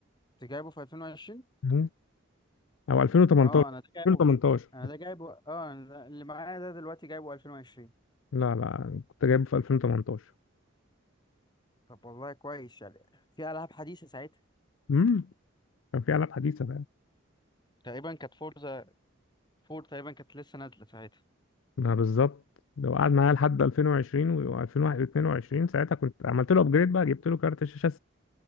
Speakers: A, on the left (about 20°); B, on the left (about 75°).
A: انت جايبه في 2020
B: مم. او 2018
A: اه انا ده جايبه
B: 2018
A: في... انا ده جايبه اه أنا ده... اللي معايا ده دلوقتي جايبه 2020
B: لا لا كنت جايبه في 2018
A: طب والله كويس يعني في العاب حديثة ساعتها
B: امم كان في العاب حديثه
A: تقريبا كانت فورزا فور تقريبا كانت لسه نازلة ساعتها
B: ما بالظبط لو قعد معايا لحد 2020 و2022 ساعتها كنت عملت له ابجريد بقى جبت له كارت شاشه